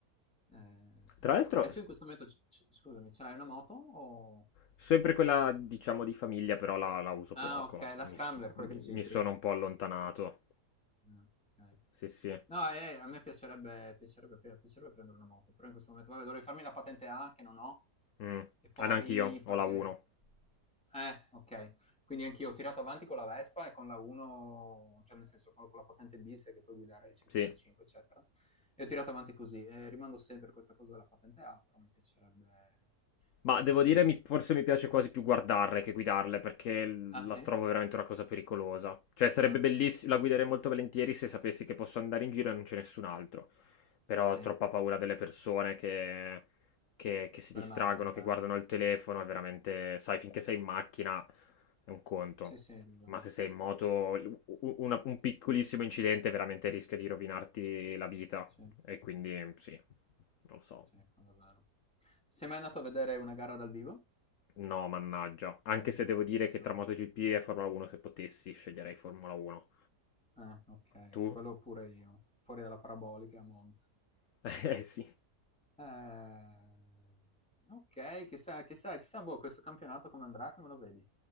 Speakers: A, in the centre; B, on the left.
A: eh, sì.
B: Tra l'altro,
A: E tu
B: s-
A: in questo momento, c- c- scusami, ce l'hai una moto o...
B: sempre quella, diciamo, di famiglia, però la, la uso
A: Ah,
B: poco.
A: okay, la
B: Mi,
A: scrambler,
B: s-
A: quella
B: mi-
A: che dicevi
B: mi
A: prima.
B: sono un po' allontanato.
A: Ah, okay.
B: Sì, sì.
A: No, eh, a me piacerebbe piacerebbe pe piacerebbe prendere una moto, però in questo momento vabbè, dovrei farmi la patente A che non ho
B: Mm.
A: e poi
B: Ah, neanch'io,
A: partirei.
B: ho la 1.
A: Eh, okay. Quindi anch'io ho tirato avanti con la Vespa e con la 1 cioè nel senso con con la patente B, sai che puoi guidare i 125
B: Sì,
A: eccetera, e ho tirato avanti così, e rimando sempre a questa cosa della patente A, però mi piacerebbe
B: Ma
A: mi piacerebbe
B: devo dire, mi-
A: prenderla.
B: forse mi piace quasi più guardarle che guidarle, perché l-
A: Ah sì?
B: la trovo veramente una cosa pericolosa. Cioè, sarebbe
A: Ah,
B: bellissimo, la guiderei molto volentieri se sapessi che posso andare in giro e non c'è nessun altro. Però
A: sì.
B: ho troppa paura delle persone che, che- che si
A: Dalle
B: distraggono,
A: Sì, macchine sì, sì.
B: che
A: cambiano.
B: guardano il telefono, è veramente... Sai, finché sei in macchina è un conto.
A: Sì, sì, hai ragione.
B: Ma se sei in moto, l- u- una- un piccolissimo incidente veramente rischia di rovinarti la vita.
A: Sì,
B: E quindi, sì, non lo so.
A: sì, quello è vero. Sei mai andato a vedere una gara dal vivo?
B: No, mannaggia. Anche
A: No.
B: se devo dire che
A: No.
B: tra MotoGP e Formula 1, se potessi, sceglierei Formula 1.
A: Ah, ok.
B: Tu?
A: Quello pure io. Fuori dalla parabolica a Monza.
B: <laughs>
A: Sì.
B: Eh sì.
A: Eh, ok, chissà, chissà, chissà, boh, questo campionato come andrà, come lo vedi?